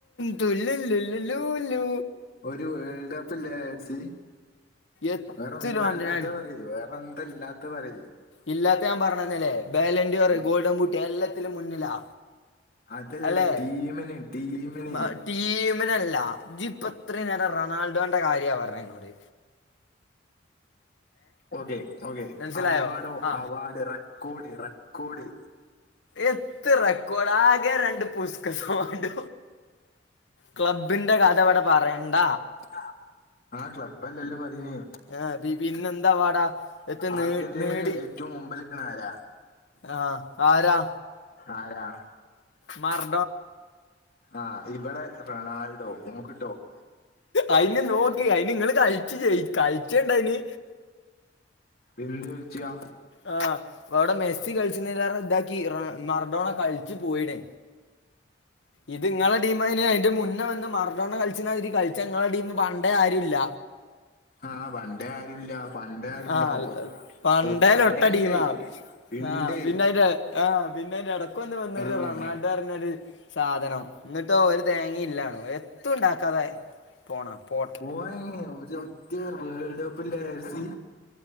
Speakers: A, on the left; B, on the left.
A: ട്ടുല്ലു ല്ലുല്ലു ലു
B: ഒരു വേൾഡ് കപ്പ് ഇല്ലാരാച്ച്
A: എത്തിലും
B: വേറെന്താ
A: ഓന്റെ
B: ഇല്ലാത്തെപറയ് ജ്ജ്‌ വേറെ എന്താ ഇല്ലാത്തെ പറ്യേ ഇജ്ജ്
A: ഇല്ലാത്തെഹ് ഞാൻ പർഞ്ഞെന്ന്ല്ലെ ബാലന്റ്യൂർ,
B: എ-
A: ഗോൾഡൻ ബൂട്ട്, എല്ലാത്തിലും മുന്നിലാ.
B: അതല്ല
A: അല്ലേ
B: ടീമിന് ടീമിന്
A: മ- ടീമിനല്ല ജ്ജ്‌പ്പ ഇത്രയും നേരം റൊണാൾഡോന്റെ കാര്യാ പറഞ്ഞത് ഇന്നോട്.
B: ഓക്കെ ഓക്കേ
A: മനസ്സിലായോ
B: അവാഡോ
A: ആ
B: അവാർഡ് റെക്കോർഡ് റെക്കോർഡ്
A: എത്ത് റെക്കോർഡ് ആകെരണ്ട് പുസ്കസോണ്ട് ക്ലബ്ബിന്റെ കഥ ഇവടെ പറെണ്ട.
B: ആഹ് ആഹ് ക്ലബ്ബല്ലല്ലോ പറയ്ന്ന്
A: ആ പി പിന്നെന്തവാടാ എത്തെ നെ
B: അർജന്റീനയിൽ
A: നേടി
B: ഏറ്റവും മുമ്പിൽ നിൽക്കണ ആരാ
A: ആഹ് ആരാ?
B: ആരാ?
A: മർ-
B: ആഹ് ഇവിടെ റൊണാൾഡോ നമ്മുക്ക്
A: അയിന് നോക്കി അയിന് നിങ്ങള് കൾ ച്ചു ജയ് കൾച്ചണ്ടയിന്.
B: എന്ത് കൾ ച്ചിയാ?
A: ആ ഇവിടെ മെസ്സി കളിച്ചണ് ലേറ താക്കി മറഡോണ കളിച്ചു പോയിണ് ഇത് നിങ്ങളെ ടീംന് അതിന്റെ മുന്നേ വന്ന് മറഡോണ കളിച്ച മാതിരി കളിച്ച നിങ്ങള ടീം പണ്ടേ ആരും ഇല്ല.
B: ആ പണ്ടേ ആരുല്ല. പണ്ടേ ആരുല്ല
A: ആ
B: ഒ
A: പണ്ടേ
B: ഒ പണ്ടേണ്ട്
A: ലെട്ട ടീമാ
B: ഇണ്ട്
A: ആഹ് പിന്നെതിന്റെ ആഹ് പിന്നെ ഇടക്ക ഒന്ന് വന്നൊരു
B: ആഹ്
A: റൊണാൾഡോറഞാല് സാധനം എന്നിട്ട് ഒരു തേങ്ങ ഇല്ലാണ് എത്തും ഉണ്ടാക്കാതെ പോണാപോ
B: പോയേങ്ങ ഒരു ഒറ്റ വേൾഡ് കപ്പില്ല മെ സി